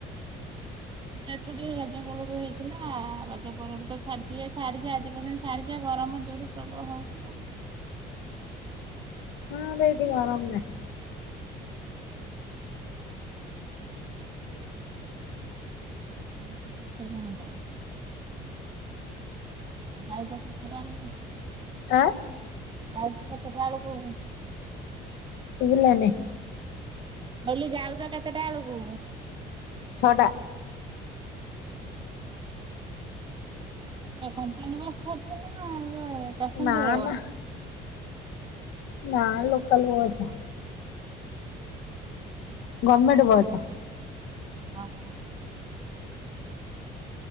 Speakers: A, on the right (about 30°); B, on the left (about 85°).
A: ଏପଟ ଟିକେ ରଜ ବୋଳକୁ ହେଇଥିଲା ରଜ ପରଠୁ ସାରିଚି ଏ ଆଜି ପର୍ଯ୍ୟନ୍ତ ସାରିଯ ଗରମ ଜରୁର ପ୍ରଗ ହଉ କି <unintelligible>
B: ହଁ <unintelligible> ଗରମ ନାହିଁ।
A: ଆ ସେ <unintelligible> କଣ? <unintelligible>
B: ଆଁ
A: ଟାଇମ କେତେ ଟା <unintelligible>
B: ସୁଭିଲାନି।
A: ମୁଁ କଇଲେ ଯାଉଛ କେତେଟା ବେଳକୁ?
B: ଛଟା
A: ହୁଁହୁଁ। କମ୍ପାନୀ ବସଛି ନା ଇଏ ପେସେଞ୍ଜର
B: ନା
A: ବସ।
B: ନା ନା ଲୋକାଲ ବସ।
A: <inaudible>
B: ଗର୍ମେଣ୍ଟ ବସ।
A: ହଁ ହଁ।